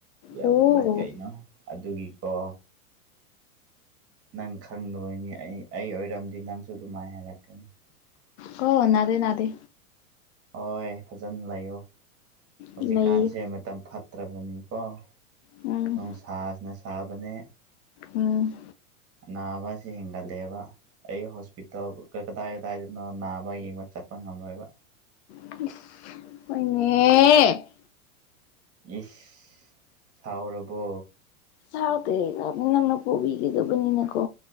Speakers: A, on the right; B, on the left.
A: ꯌꯥꯝ
B: ꯑꯣ
A: ꯀꯩꯅꯣ ꯑꯗꯨꯒꯤꯀꯣ ꯅꯪ ꯈꯪꯗꯣꯏꯅꯤ ꯑꯩ ꯑꯩ ꯑꯣꯏꯔꯝꯗꯤ ꯅꯪꯁꯨ ꯑꯗꯨꯃꯥꯏꯅ ꯍꯥꯏꯔꯛꯀꯅꯤ
B: ꯀꯣ ꯅꯥꯗꯦ ꯅꯥꯗꯦ
A: ꯍꯣꯏ ꯐꯖꯅ ꯂꯩꯌꯣ ꯍꯧꯖꯤꯛꯀꯥꯟꯁꯦ
B: ꯂꯩ
A: ꯃꯇꯝ ꯐꯠꯇ꯭ꯔꯕꯅꯤꯀꯣ
B: ꯎꯝ
A: ꯅꯣꯡꯁꯥꯁꯤꯅ ꯁꯥꯕꯅꯦ
B: ꯎꯝ
A: ꯅꯥꯕꯁꯦ ꯍꯦꯟꯒꯠꯂꯦꯕ ꯑꯩ ꯍꯣꯁꯄꯤꯇꯥꯜ ꯀꯗꯥꯏ ꯀꯗꯥꯏꯗꯅꯣ ꯅꯥꯕ ꯌꯦꯡꯕ ꯆꯠꯄ ꯉꯝꯂꯣꯏꯕ
B: ꯍꯣꯏꯅꯦ
A: ꯏꯁ ꯁꯥꯎꯔꯕꯣ
B: ꯁꯥꯎꯗꯦ ꯅꯪꯅ ꯄꯣꯕꯤꯒꯤꯗꯧꯕꯅꯤꯅꯀꯣ